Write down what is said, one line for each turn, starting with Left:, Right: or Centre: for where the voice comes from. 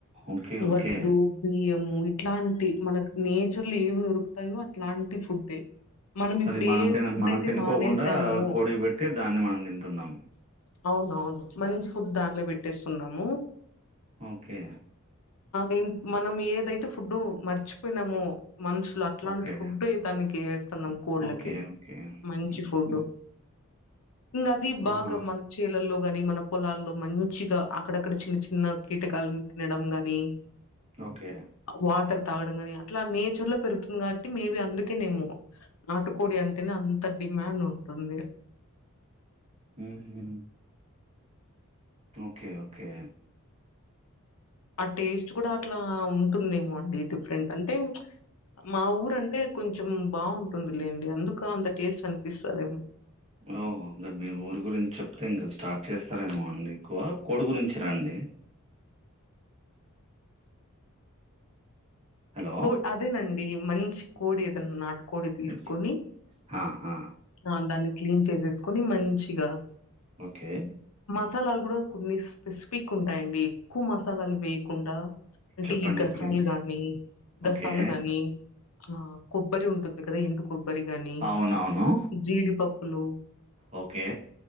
Right: ఓకే
Left: వడ్లు
Right: ఓకే
Left: బియ్యము ఇట్లాంటి మనకు నేచర్లో ఏవి దొరుకుతాయో అట్లాంటి ఫుడ్డే ఇప్పుడు
Right: అది మనం
Left: ఏ
Right: తినం
Left: ఫుడ్
Right: మనం
Left: అయితే
Right: తినుకోకుండా
Left: మానేసామో
Right: కోడి కి పెట్టి దాన్ని మనం తింటున్నాము
Left: అవునవును మంచి ఫుడ్ దానిలో పెట్టేస్తున్నాము
Right: ఓకే
Left: ఆ మనం ఏదైతే ఫుడ్ మర్చిపోయినామో మనుషులు అట్లాంటి
Right: ఓకే
Left: ఫుడ్డే దానికి వేస్ స్తున్నాం కోళ్లకి
Right: ఓకే ఓకే
Left: మంచి ఫుడ్
Right: హ్మ్.
Left: ఉందది బాగా
Right: ఆహా
Left: మనకు చేలల్లో ని మన పొలాల్లో మంచిగా అక్కడక్కడ చిన్న చిన్న కీటకాలను తినడం గాని
Right: ఓకే
Left: వాటర్ తాగడం కానీ అట్లా నేచర్ లో పెరుగుతుంది కాబట్టి మేబీ అందుకే నేమో నాటుకోడి అంటేనే అంత డి మాండ్ ఉంటుంది
Right: ఊహూ ఓకే ఓకే
Left: ఆ టేస్ట్ కూడా అట్లా ఉంటుందేమో అండి డిఫరెంట్ అంటే మా ఊరంటే కొంచెం బావుంటుంది లేండి అందుకే అంత టేస్ట్ అనిపిస్తందేమో
Right: ఓ మీరు మీ ఊరి గురించి చెప్తే ఇంకా స్టార్ట్ చేస్తారేమో అండి ఎక్కువ కోడి గురించి రండి హలో
Left: కో అదేనండి మంచి కోడి ఏదన్నా నాటు కోడి తీసుకొని
Right: ఎస్. ఆ! ఆ!
Left: ఆ దాన్ని క్లీన్ చేసేసుకొని మంచిగా
Right: ఓకే
Left: మసాలాలు కూడా కొన్ని స్పెసిఫిక్ ఉంటాయండి ఎక్కువ మసాలాలు వేయకుండా అంటే
Right: చెప్పండి
Left: ఈ గసాలుగాని
Right: ప్లీజ్
Left: గసాలు
Right: ఓకే
Left: గాని ఆ కొబ్బరి ఉంటుంది కదా ఎండు కొబ్బరి గాని
Right: అవునవును
Left: జీడిపప్పులు
Right: ఓకే